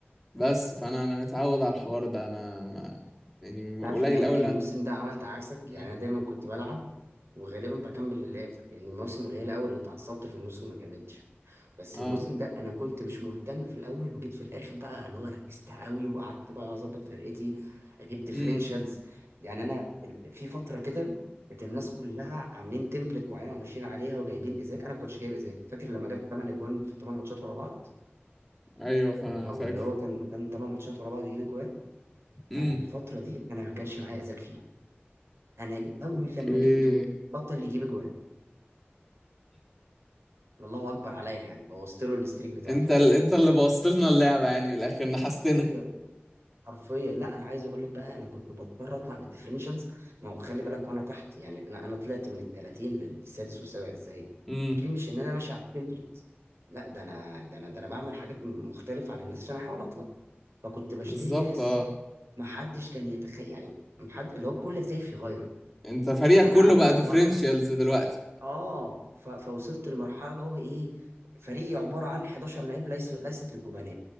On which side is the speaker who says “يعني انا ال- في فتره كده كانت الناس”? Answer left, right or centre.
Right